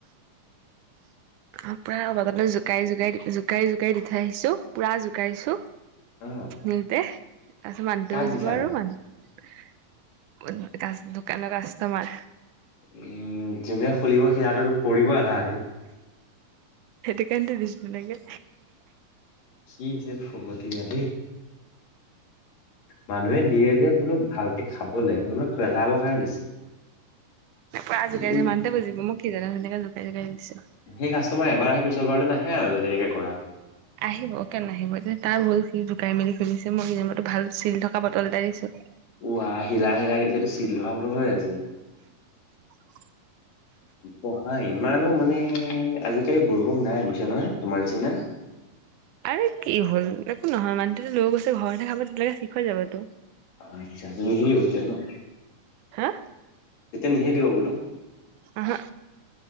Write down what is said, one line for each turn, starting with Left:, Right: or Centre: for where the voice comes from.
Right: অ, পুৰা বৰ্তমান জোকাৰি, জোকাৰি, জোকাৰি জোকাৰি দি থৈ আহিছো। পুৰা জোকাৰিছো।
Left: অ
Right: মিলতে তাৰপিছত মানুহ তো
Left: কাক
Right: বুজিব
Left: দিছা
Right: আৰু মানুহ ক দোকানৰ কাষ্টমাৰ।
Left: উম, জোনে খুলিব সিৰাটোতটো পৰিব আৰু আধা অধি।
Right: সেইটো কাৰণেতো দিছ ন লাগে।
Left: কি যে ফকতিয়া দেই। মানুহে দিয়ে যে বো ভালকে খাবলে কোনো পেলাাব দিছে।
Right: পুৰা জোকাৰিছো
Left: উম,
Right: মানুহটোৱে বুজিব মই কি জানো তেনেকে জোকাৰি জোকাৰি দিছো
Left: সেই কাষ্টমাৰ এবাৰ আহে, পিছৰবাৰলৈ নাহে আৰু যদি এনেকে কৰা
Right: আহিব কেনে আহিব এতিয়া তাৰ ভুল সি জুকাই মেলি খুুলিছে মই সো ভাল। চিল থকা বটল এটাই দিছো।
Left: উ, আহ হিলাই-হিলাই নিচটো চিল থকা বটলত হৈ আছে।
Right: <inaudible>
Left: পঢ়া ইমানো মানে আজি কালি। কালি বুৰ্বক নাই বুইছা নহয়, তোমাৰ নিচিনা?
Right: আৰু কি হ'ল একো নহয় মানুহটো লৈ গৈছে ঘৰতে খাব তেনেকে ঠিক হৈ যাবতো।
Left: আচ্ছা নেহৰি বতে ন?
Right: হা।
Left: নিহিলিব বোলো।
Right: আহা।